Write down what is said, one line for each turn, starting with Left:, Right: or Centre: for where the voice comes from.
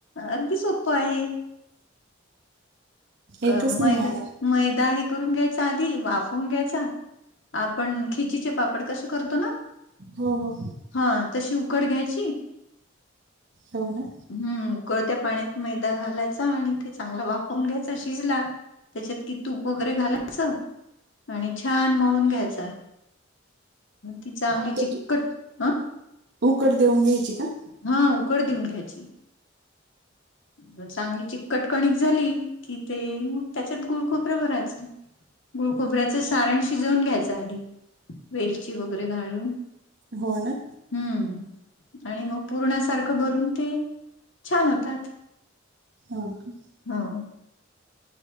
Left: अगदी सोप्पं आहे. क
Right: येतच नाही
Left: मैदा
Right: मला.
Left: मैदा हे करून घ्यायचा आधी वाफवून घ्यायचा आपण खिचीचे पापड कसे करतो ना
Right: हो हो.
Left: हा तशी उकड घ्यायची
Right: हो ना.
Left: हम्म उकळत्या पाण्यात मैदा घालायचा आणि ते चांगलं वाफवून घ्यायच शिजला त्याच्यात की तूप वगैरे घालायचं आणि छान मळून घ्यायचा ती चांगली
Right: मग त्याची
Left: चिकट अ
Right: उकड देऊन घ्यायची का.
Left: हा उकड देऊन घ्यायची. म चांगली चिकट कणीक झाली कि ते मग त्याच्यात गुळ खोबरं भरायचं. गुळ खोबऱ्याचं सारण शिजवून घ्यायच आधी वेलची वगैरे घालून.
Right: हो ना.
Left: हम्म आणि मग पूर्णासारखं भरून ते छान होतात.
Right: हो का.
Left: हा.